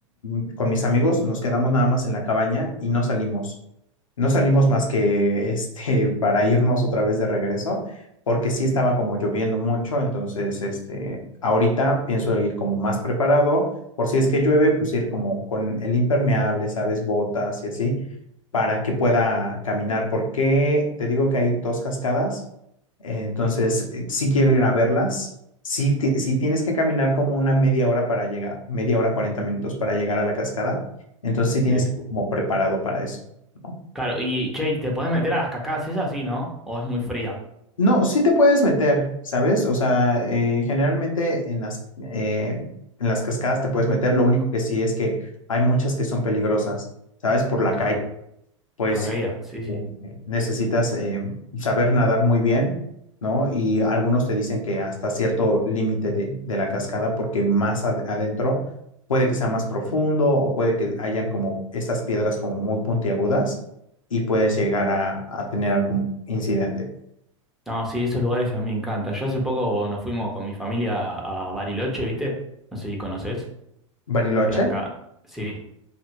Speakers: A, on the left; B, in the centre.
A: mm, con mis amigos nos quedamos nada más en la cabaña y no salimos. No salimos más que este <laughs> para irnos otra vez de regreso, porque sí estaba como lloviendo mucho. Entonces, este, ahorita pienso ir como más preparado. Por si es que llueve, pues ir como con el impermeable, ¿sabes? Botas y así para que pueda caminar, porque te digo que hay dos cascadas, eh, entonces eh, sí quiero ir a verlas. Sí, ti- sí tienes que caminar como una media hora para llegar, media hora, 40 minutos para llegar a la cascada, entonces sí tienes
B: sí.
A: que ir como preparado para eso, ¿no?
B: Claro, y che, ¿y ¿te puedes meter a las cascadas esas? Sí, ¿no? ¿O es muy fría?
A: No, sí te puedes meter, ¿sabes? O sea, eh, generalmente en las, eh, en las cascadas te puedes meter, lo único que sí es que hay muchas que son peligrosas, ¿sabes? Por la
B: Claro,
A: calle, pues
B: por la caída.
A: sí,
B: Sí, sí.
A: eh, necesitas eh, saber nadar muy bien, ¿no? Y algunos te dicen que hasta cierto límite de, de la cascada, porque más ad- adentro puede que sea más profundo o puede que hayan como estas piedras como muy puntiagudas y puedes llegar a, a tener algún incidente.
B: No, sí, esos lugares a mí me encantan. Yo hace poco nos fuimos con mi familia a Bariloche, ¿viste? No sé si conoces.
A: Bariloche,
B: Que acá. Sí.